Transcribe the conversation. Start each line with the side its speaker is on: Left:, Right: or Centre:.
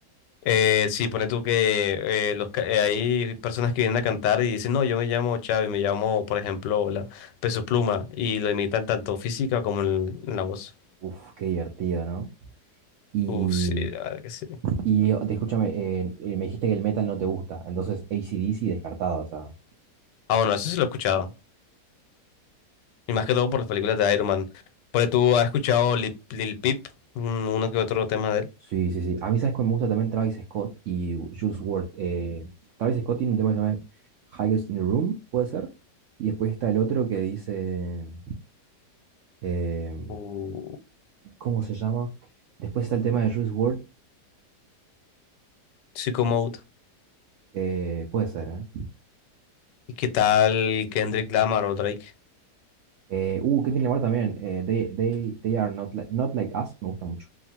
Left: Eh, sí, pone tú que eh, los, ca- eh, hay personas que vienen a cantar y dicen, no, yo me llamo Chávez, me llamo, por ejemplo, la Peso Pluma, y lo imitan tanto física como en, en la voz.
Right: Uf, qué divertido, ¿no? Y,
Left: Uh, sí, la verdad que sí.
Right: y eh, te escúchame, eh, eh, me dijiste que el metal no te gusta, entonces AC/DC descartado, o sea,
Left: Ah, bueno, eso sí lo he escuchado. Y más que todo por las películas de Iron Man. Pone tú, ¿has escuchado Lil, Lil Peep? Un- Uno que otro tema de él.
Right: Sí, sí, sí. A mí, ¿sabes cuál me gusta también? Travis Scott y Juice WRLD. Eh, Travis Scott tiene un tema que se llama Highest in the Room, puede ser. Y después está el otro que dice. eh,
Left: Uh,
Right: ¿cómo se llama? Después está el tema de Juice WRLD.
Left: Sicko Mode.
Right: eh, puede ser, ¿eh?
Left: ¿Y qué tal Kendrick Lamar o Drake?
Right: Eh, uh, Kendrick Lamar también. eh, they, they, they are not, li- not like us, me gusta mucho.